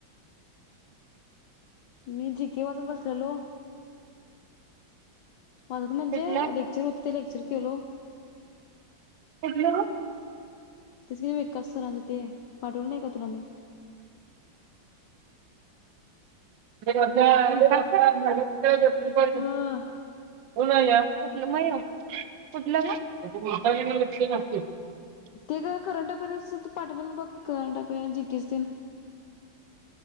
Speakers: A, on the left (about 70°); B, on the right (about 70°).
A: मी जीके वाचत बसलेलो माझं म्हणजे
B: कुठलं
A: लेक्चर होतं. ते लेक्चर केलो.
B: कुठलं ग
A: तेच नव्हे विकास सरांचं ते पाठवलं नाही का तुला मी
B: <unintelligible>
A: अ ते ग करंट अफेरन्स तू पाठवलेलं बघ करंट अफेयर्स जीके च तें